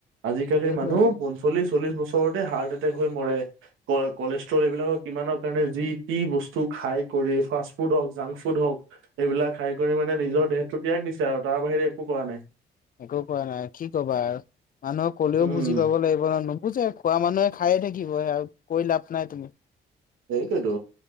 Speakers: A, on the right; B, on the left.
A: আজিকালিৰ
B: সেইটোৱে
A: মানুহ
B: আৰু
A: পঞ্চলিছ। চল্লিশ বছৰতে হাৰ্ট এটেক হৈ মৰে কলেষ্ট্ৰল এইবিলাকৰ কিমানৰ কাৰণে যি তি বস্তু। খাই কৰি ফাষ্ট ফুড হওঁক জাংক ফুড হওঁক এইবাক খাই কৰি মানে নিজৰ দেহতটো ত্যাগ দিছে আৰু তাৰ বাহিৰে। একো কোৱা নাই।
B: একো কোৱা নাই কি কবা আৰু মানুহক কলেও
A: উম,
B: বুজি পাব লাগিব নো। বুজে খোৱা মানুহে খায়ে থাকিব কৈ লাভ নাই তুমি।
A: সেইটো তো।